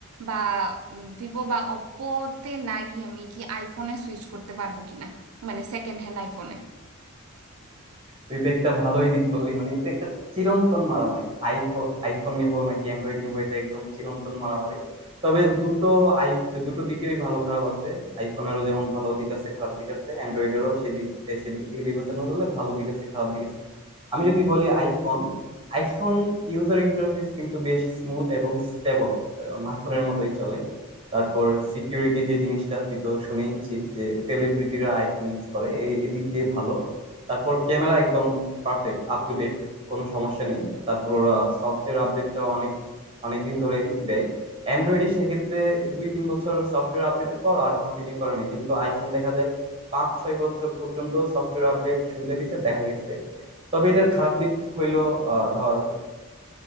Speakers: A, on the right (about 80°); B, on the right (about 25°).
A: বা ভিভো বা ওপ্পোতে না গিয়ে আমি কি আইফোনে সুইচ করতে পারবো কিনা মানে সেকেন্ড হ্যান্ড আইফোনে
B: তুই তো একটা ভালোই দিক বললি মানে এটা একটা চিরন্তন মারামারি আইফোন আইফোন নিব নাকি অ্যান্ড্রয়েড নিব এটা একদম চিরন্তন মারামারি তবে দুটো আই দুটো দিকেরই ভালো খারাপ আছে আইফোনেরও যেমন ভালো দিক আছে খারাপ দিক আছে অ্যান্ড্রয়েডেরও সেদিক এ, সেদিক থেকে বিবেচনা করলে ভালো দিক আছে খারাপ দিক আছে আমি যদি বলি আইফোন আইফোন ইউজার ইন্টারফেস কিন্তু বেশ স্মুথ এবং স্টেবল মাখনের মতোই চলে তারপর সিকিউরিটি যে জিনিসটা তুই তো শুনেইছিস যে সেলিব্রিটিরা আইফোন ইউজ করে এই এই দিক দিয়ে ভালো তারপর ক্যামেরা একদম পারফেক্ট আপ টু ডেট কোনো সমস্যা নেই তারপর ওরা সফটওয়্যার আপডেটটা অনেক অনেক দিন ধরেই দেয় অ্যান্ড্রয়েডে সেক্ষেত্রে দুই তিন বছর সফটওয়্যার আপডেটের পর আর কন্টিনিউ করে না কিন্তু আইফোন দেখা যায় পাঁচ ছয় বছর পর্যন্ত সফটওয়্যার আপডেট সুবিধা দিচ্ছে দেখা গেছে তবে এটার খারাপ দিক হইলো আহ, ধর